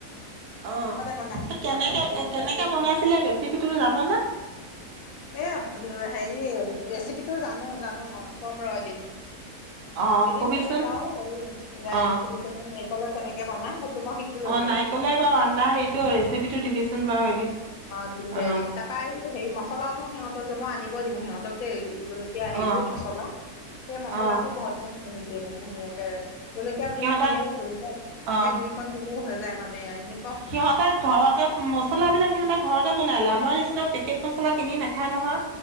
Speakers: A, on the right; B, on the left.
A: অ
B: বনাই সিহঁতৰ
A: কেনেকে
B: জলকীয়া
A: এ কেনেকে
B: গুৰি
A: বনাইছিলে ৰেচিপিটো জানানে <inaudible>
B: এ হেৰি ৰেচিপিটো জানো জানো মই ক'ম ৰ এদিন।
A: অ
B: এদিন
A: কবিচোন
B: ক'ম বাৰু
A: অ
B: ৰেচিপিটো নাৰিকলৰ কেনেকে বনাই সেইটো মই শিকি লৈছো।
A: অ নাৰিকলে বাৰু আন্দা সেইটো ৰেচিপিটো দিবিচোন বাৰু এদিন
B: অ দিম দে
A: অ
B: এদিন তাৰপা সেই মছলাটো সিহঁতৰ মই আনিব দিওঁ সিহঁতক দেই জলকীয়া হেৰিটো
A: অ',
B: মছলা সেই মচলাটো
A: অ',
B: ঘৰত বনাই আনি দিয়ে মোক ধুনীয়াকে জলকীয়া
A: সিহঁতে
B: গুৰি দিয়ে জলকীয়া
A: অ',
B: সেই গু ৰি কন দিলেও হৈ যায় মানে এনে
A: সিহঁতে ঘৰতে মছলাবিলাক সিহঁতে ঘৰতে বনাই লয় আমাৰ নিচিনা পেকেট মছলা কিনি নাখায় নহয়।